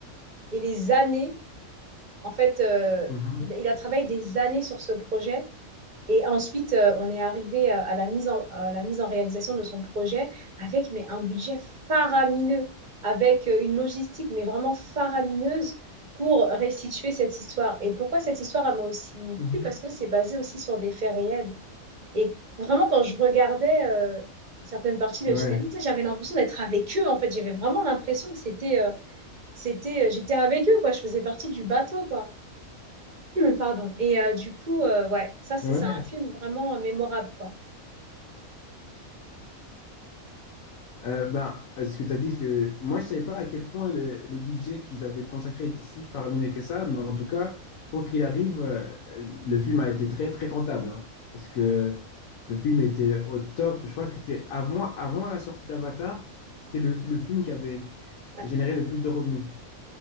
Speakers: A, on the right; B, on the left.
A: et les années. En fait, euh,
B: mhm,
A: il, il a travaillé des années sur ce projet et ensuite, euh, on est arrivé à, à la mise en, à la mise en réalisation de son projet avec mais un budget faramineux, avec euh, une logistique mais vraiment faramineuse pour restituer cette histoire. Et pourquoi cette histoire elle m'a aussi
B: mhm.
A: plu? Parce que c'est basé aussi sur des faits réels. Et vraiment, quand je regardais euh, certaines parties de
B: Ouais,
A: Titanic, tu sais, j'avais l'impression d'être avec eux. En fait, j'avais vraiment l'impression que c'était euh, c'était euh, j'étais avec eux quoi je faisais partie du bateau quoi pardon et euh, du coup euh, ouais ça c'est
B: ouais,
A: c'est un film vraiment mémorable quoi
B: Euh, ben, euh, ce que tu as dit, c'est que moi, je savais pas à quel point le, le budget qu'ils avaient consacré était si faramineux que ça, mais en tout cas, quoi qu'il arrive, euh, le film a été très, très rentable, hein, parce que le film était au top. Je crois que c'était avant, avant la sortie d'Avatar, c'était le, le film qui avait
A: Ouais,
B: généré le plus de revenus.